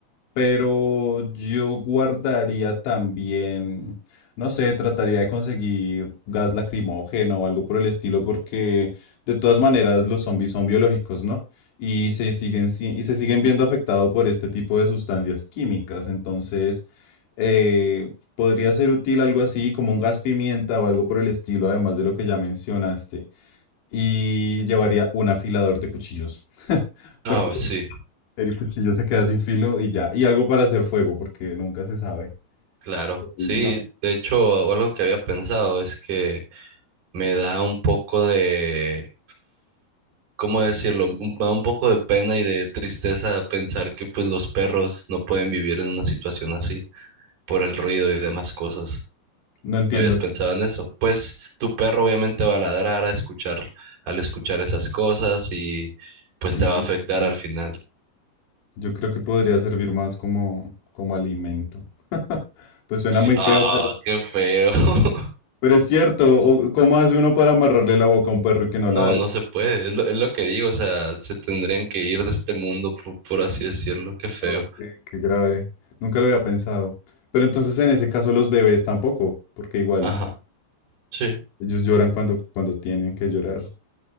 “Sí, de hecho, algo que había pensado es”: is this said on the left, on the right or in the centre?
Right